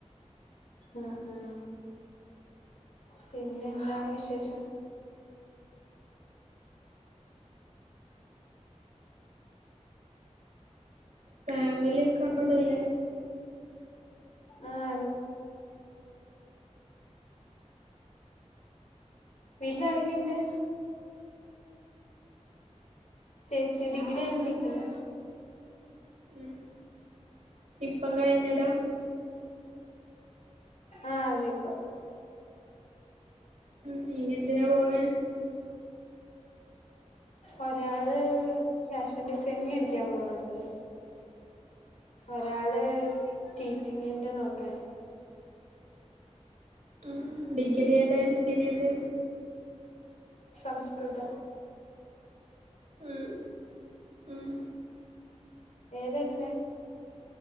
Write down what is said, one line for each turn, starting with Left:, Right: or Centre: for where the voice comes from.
Left: ഉം-ഉം. പിന്നെ എന്താണ് വിശേഷം? <inaudible>
Right: ഫാമിലിക്കെ അവിടെല്ലേ
Left: ആഹ അതെ വീട്ടിലരോ ക്കിണ്ട് ചേച്ചി ഡിഗ്രികയിട്ടിക്കിന്ന്
Right: ഉം ഇപ്പം കഴിഞ്ഞതാ
Left: ആഹ അതെപ്പം
Right: ഉം ഇനി എന്തിനാ പോണ
Left: ഒരാള് ഫാഷൻ ഡിസൈനിങ് പടിക്കാൻ പോണണ്ട് ഒരാള് ടീച്ചിങ്ങിന്റെ നോക്കാൻ
Right: ഉം ഡിഗ്രി ഏതാടുത്തിനത്
Left: സംസ്കൃത
Right: ഉം-ഉം
Left: ഏതടുത്തെ